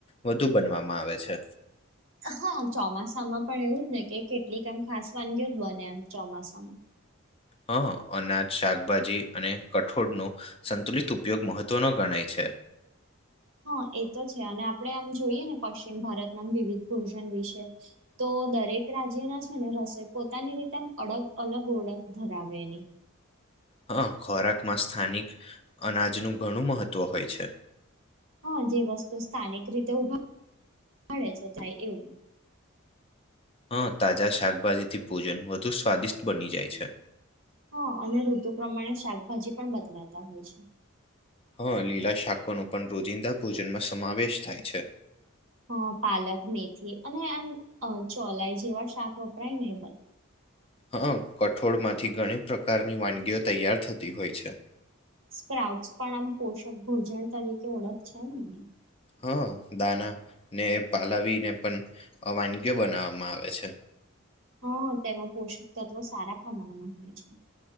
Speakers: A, on the left; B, on the right.
A: વધુ બનવામાં આવે છે
B: હા ચોમાસામાં પણ એવું જ ને કે કેટલીક આમ ખાસ વાનગીઓ બને આમ ચોમાસામાં
A: હ અનાજ શાકભાજી અને કઠોળનો સંતુલિત ઉપયોગ મહત્વનો ગણાય છે
B: હા એ તો છે અને આપડે આમ જોઈએ ને પશ્ચિમ ભારત વિવિધ ભોજન વિશે તો દરેક રાજ્યના છે ને રસોઈ પોતાની રીતે અડગ અલગ ઓળખ ધરાવે એની
A: હા ખોરાકમાં સ્થાનિક અનાજનું ઘણું મહત્વ હોય છે
B: હા જે વસ્તુ સ્થાનિક રીતે ઉડે <inaudible> છે થાય એવું
A: હં તાજા શાકભાજીથી ભોજન વધુ સ્વાદિષ્ટ બની જાય છે
B: હા અને ઋતુ પ્રમાણે શાકભાજી પણ બદલાતા હોય છે
A: હા લીલા શાકોનો પણ રોજિંદા ભોજનમાં સમાવેશ થાય છે
B: હ પાલક મેથી અને આમ અ ચોલાઈ જેવા શાક વપરાય ને
A: હ હ કઠોળમાંથી ઘણી પ્રકારની વાનગીઓ તૈયાર થતી હોય છે
B: સ્પ્રાઉટસ પણ આમ પોષક ભોજન તરીકે ઓળખ છે ને એની.
A: હા. દાના ને પાલાવીને પણ અહ વાનગી બનાવા માં આવે છે.
B: હા તેમાં પોષક તત્વો સારા પ્રમાણમાં હોય છે.